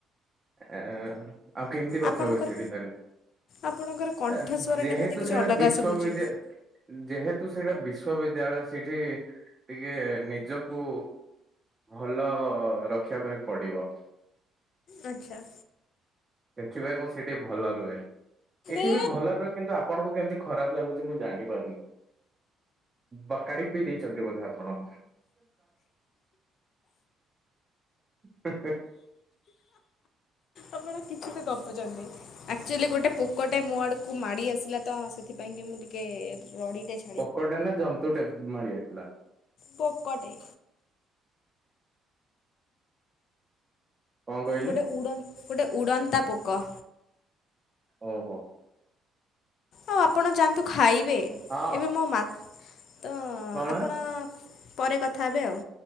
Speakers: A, on the right; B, on the left.
A: ଆ ଆଉ କେମିତି କଥା
B: ଆପଣଙ୍କର
A: ହୁଏ ସେଇଠି ତାହେଲେ
B: ଆପଣଙ୍କର କଣ୍ଠସ୍ୱରଟା
A: ଆ ଯେହେତୁ
B: ମୋତେ କିଛି
A: ସେଇଟା
B: ଅଲଗା
A: ବିଶ୍ଵଵିଦ୍ୟାଳୟ
B: ଶୁଭୁଛି।
A: ଯେହେତୁ ସେଇଟା ବିଶ୍ଵବିଦ୍ୟାଳୟ ସେଇଠି ଟିକେ ନିଜକୁ ଭଲ ରଖିବା ପାଇଁ ପଡିବ।
B: ଆଚ୍ଛା
A: ସେଥିପାଇଁ ମୁଁ ସେଠି ଭଲ ରୁହେ ଏଠି
B: ଏ
A: ବି ଭଲ ରୁହେ। କିନ୍ତୁ ଆପଣଙ୍କୁ କେମିତି ଖରାପ ଲାଗୁଛି ମୁଁ ଜାଣିପାରୁନି। ବକାଡି ପିଇ ଦେଇଛନ୍ତି ବୋଧେ ଆପଣ। ହ
B: ଆପଣ କିଛି ବି ଗପୁଛନ୍ତି ଆଚୁଆଲି ଗୋଟେ ପ ପୋକଟେ ମୋ ଆଡ଼କୁ ମାଡ଼ି ଆସିଲା ତ ସେଥିପାଇଁକି ମୁଁ ଟିକେ ରଡ଼ିଦଛି
A: ପୋକଟେ ନା ଜନ୍ତୁ ଟେ ମାରି ଆସିଥିଲା।
B: ପୋକଟେ
A: କଣ କହିଲେ
B: ଗୋଟେ ଉଡ଼ ଗୋଟେ ଉଡ଼ନ୍ତା ପୋକ।
A: ଓହୋ
B: ଆଉ ଆପଣ ଯାଆନ୍ତୁ ଖାଇବେ
A: ହଁ
B: ଏବେ ମୋ ମା ତ
A: କଣ
B: ଆପଣ ପରେ କଥା ହେବେ ଆଉ